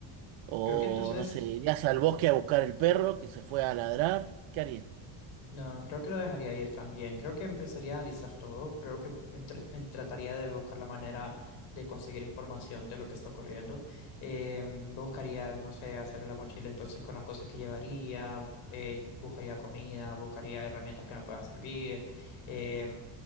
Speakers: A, on the right; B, on the left.
A: o,
B: creo que entonces...
A: no sé, irías al bosque a buscar el perro que se fue a ladrar. ¿Qué harías?
B: No, creo que lo dejaría ir también. Creo que empezaría a listar todo. Creo que entre- eh, trataría de buscar la manera de conseguir información de lo que está ocurriendo. Eh, buscaría, no sé, hacer la mochila entonces con las cosas que llevaría. eh, buscaría comida, buscaría herramientas que me puedan servir. eh,